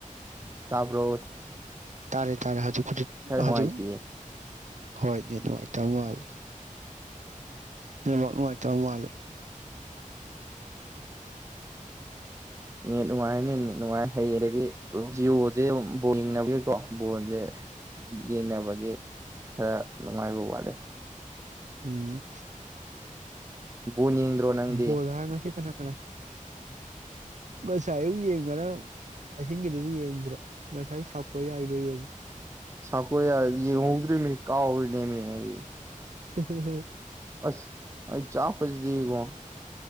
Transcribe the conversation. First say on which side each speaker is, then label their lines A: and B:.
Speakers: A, on the right (about 20°); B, on the right (about 60°).
A: ꯇꯥꯞ꯭ꯔꯣ
B: ꯇꯥꯔꯦ ꯇꯥꯔꯦ ꯍꯧꯖꯤꯛ ꯍꯧꯖꯤ
A: ꯅꯨꯡꯉꯥꯏꯇꯦꯌꯦ
B: ꯍꯧꯖꯤ ꯍꯣꯏ ꯅꯨꯡꯉꯥꯏ ꯇ ꯃꯥꯂꯦ ꯥꯛꯂꯉꯇ ꯃꯥꯂꯦ
A: ꯅꯦꯠ ꯅꯨꯡꯉꯥꯏꯔꯅꯤ ꯅꯨꯡꯉꯥꯏ ꯍꯩ ꯑꯗꯒꯤ ꯖꯤꯑꯣꯁꯦ ꯕ ꯌꯦꯡꯅꯕꯒꯤꯀꯣ ꯕꯣꯟꯁꯦ ꯌꯦꯡꯅꯕꯒꯤ ꯈꯔ ꯅꯨꯡꯉꯥꯏꯕ ꯋꯥꯠꯂꯦ
B: ꯎꯝ
A: ꯎꯝ ꯅꯤꯗ꯭ꯔꯣ ꯅꯪꯗꯤ
B: ꯕꯣꯜ ꯍꯥꯏꯔ ꯉꯁꯤ ꯀꯅꯥ ꯉꯁꯥꯏ ꯑꯌꯨꯛ ꯌꯦꯡꯉꯅ ꯑꯍꯤꯡꯒꯤꯗꯨꯗꯤ ꯌꯦꯡꯗ꯭ꯔꯦ ꯉꯁꯥꯏ ꯁꯥꯎꯠ ꯀꯣꯔꯤꯌꯥꯒꯤꯗꯣ ꯌꯦꯡꯉꯦ
A: ꯁꯥꯀ ꯌꯥ ꯌꯦ ꯍꯧꯒꯔꯤ ꯀꯥ ꯅꯦꯃꯤ ꯍꯥꯏ
B: <inaudible>
A: ꯑꯁ ꯑꯩ ꯆꯥ ꯐꯁꯤꯗꯤꯀꯣ